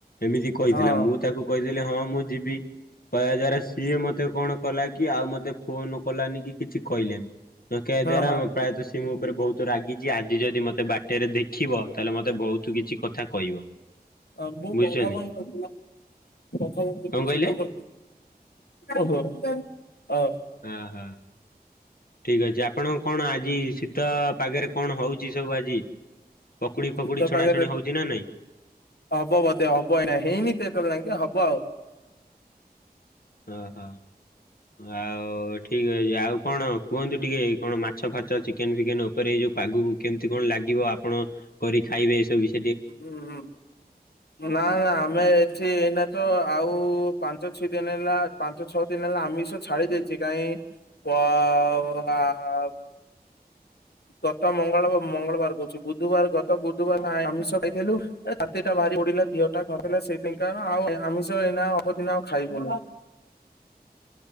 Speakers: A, on the left (about 65°); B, on the left (about 80°).
A: ଏମିତି କହିଥିଲା
B: ହଁ
A: ମୁଁ ତାକୁ କହିଦେଲେ ହଁ ମୁଁ ଯିବି। କହିବା ଦ୍ଵାରା ସିଏ ମତେ କଣ କଲା କି ଆଉ ମତେ ଫୋନ କଲାନି କି କିଛି କହିଲାନି। ତ କେ
B: ହଁ
A: ଦ୍ଵାରା
B: ହଁ
A: ପ୍ରାୟତଃ ସିଏ ମୋ ଉପରେ ବହୁତ ରାଗି ଆଜି ଯଦି ମତେ ବାଟରେ ଦେଖିବ ତାହେଲେ ମତେ ବହୁତ କିଛି କଥା କହିବ।
B: <inaudible>
A: ବୁଝୁଛନ୍ତି କଣ କହିଲେ?
B: ଓହୋ ଅ।
A: ଓହ ଠିକ ଅଛି ଆପଣ କଣ ଆଜି ଶୀତ ପାଗରେ କଣ ହଉଛି ସବୁ ଆଜି ପକୁଡି ଫକୁଡି
B: ଶୀତ
A: ଛଣାଛଣି
B: ପାଗରେ
A: ହଉଛି ନା ନାଇଁ।
B: ହବ ବଧେ ହବ ଏଇନା ହେଇନି ତ ଏତେବେଳ ଯାଆଁକେ ହବ ଆଉ।
A: ଅ ହ। ଆଉ ଏଠି ଆଉ କଣ, କୁହନ୍ତୁ ଟିକେ କଣ ମାଛ ଫାଚ ଚିକେନ୍, ଫିକେନ ଉପରେ ଏଇ ଯୋଉ ଆଗକୁ କେମିତି କଣ ଲାଗିବ ଆପଣ କରି ଖାଇବେ ଏସବୁ ବି
B: ହୁଁ ହୁଁ। ନା ନା, ଆମେ ଏଠି ଏଇନା ତ ଆଉ ପାଞ୍ଚ ଛି ଦିନ ହେଲା ପାଞ୍ଚ ଛଅ ଦିନି ହେଲା ଆମିଷ ଛାଡି ଦେଇେଇଛି କାହିଁ, ପ ଆ ଗତ ମଙ୍ଗଳ ମଙ୍ଗଳବାର କହୁଛି ବୁଧବାର ଗତ ବୁଧବାର ଆମିଷ ଖାଇଥିଲୁ। ରାତିଟା ଭାରି ବଡିଲା ଦିହଅଟା ଖସଲା ସେଇଥିକା ଆଉ ଆଉ ଆମିଷ ଏଇନା ଅପଦିନ ଆଉ ଖାଇବୁନି